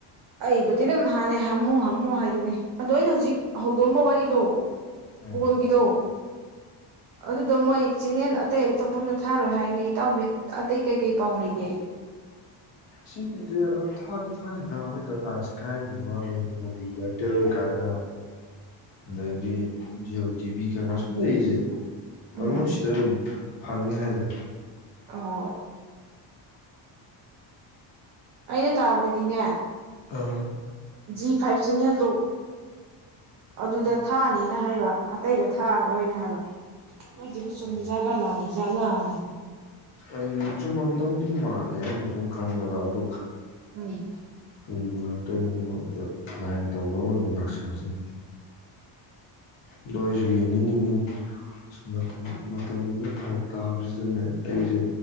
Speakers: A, on the right; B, on the left.
A: ꯑꯩꯕꯨꯗꯤ ꯑꯗꯨꯝ ꯍꯥꯟꯅꯩ ꯍꯥꯝꯃꯨ ꯍꯥꯝꯃꯨ ꯍꯥꯏꯗꯨꯅꯦ ꯑꯗꯣ ꯑꯩꯅ ꯍꯧꯖꯤꯛ ꯍꯧꯗꯣꯛꯑꯝꯕ ꯋꯥꯔꯤꯗꯣ
B: ꯎꯝ
A: ꯕ‌ꯣꯜꯒꯤꯗꯣ ꯑꯗꯨꯗꯣ ꯃꯣꯏ ꯆꯦꯅꯦꯟ ꯑꯇꯩ ꯑꯇꯣꯞꯄ ꯑꯃꯗ ꯊꯥꯔꯣꯏ ꯍꯥꯏꯅ‌ꯦ ꯏꯇꯥꯎꯕꯤ ꯑꯇꯩ ꯀꯩ ꯀꯩ ꯄꯥꯎ ꯂꯩꯒꯦ
B: ꯁꯤꯒꯤꯁꯦ ꯑꯗꯨꯝ ꯊꯥꯗꯤ ꯊꯥꯅꯤꯗ ꯃꯣꯏ ꯇꯥꯇꯥ ꯏꯁꯀꯥꯏꯒꯨꯝꯕ ꯂꯩꯔꯤꯕ ꯑꯗꯩ ꯏꯌꯥꯔꯇꯦꯜ ꯀꯥꯏꯅ ꯑꯗꯒꯤ ꯖꯤꯌꯑꯣ ꯇꯤꯚꯤ ꯀꯥꯏꯅ ꯁꯨꯝ ꯂꯩꯔꯤꯁꯦ
A: ꯎꯝ
B: ꯃꯍꯨꯠ ꯁꯤꯗ ꯑꯗꯨꯝ ꯐꯪꯅꯤ ꯍꯥꯏꯗ
A: ꯑꯣ ꯑꯩꯅ ꯇꯥꯕꯗꯗꯤꯅꯦ
B: ꯑꯥ
A: ꯖꯤ ꯐꯥꯏꯚ ꯆ‌ꯦꯅꯦꯜꯗꯣ ꯑꯗꯨꯗ ꯊꯥꯅꯦꯅ ꯍꯥꯏꯕ ꯑꯇꯩꯗ ꯊꯥꯔꯣꯏꯅ ꯍꯥꯏꯕ ꯃꯣꯏꯁꯤꯕꯨꯨ ꯆꯨꯝꯃꯤꯖꯥꯠꯂ
B: ꯑꯣ
A: ꯂꯥꯜꯂꯤ ꯖꯠꯂꯅ
B: ꯑꯩ ꯆꯨꯝꯃꯝꯗꯧꯗꯤ ꯃꯥꯜꯂꯦ ꯑꯩꯅ ꯁꯨꯝ ꯈꯟꯕꯗ ꯑꯗꯨ
A: ꯎꯝ
B: ꯀꯔꯤꯕꯨ ꯑꯣꯏꯔꯛꯇꯣꯏꯅꯣ ꯑꯗ‌ꯣ ꯂꯥꯏꯅ ꯇꯝꯕ ꯑꯃ ꯑꯗꯨꯝ ꯂꯥꯛꯆꯔꯖꯅꯤ ꯑꯗ‌ꯣ ꯑꯩꯁꯨ ꯌꯦꯡꯅꯤꯡꯉꯤꯅ‌ꯦ ꯃꯇꯝ ꯃꯇꯝꯁꯤꯗ ꯐꯔꯛ ꯇꯥꯕꯁꯤꯗꯅꯦ ꯑꯩꯁꯦ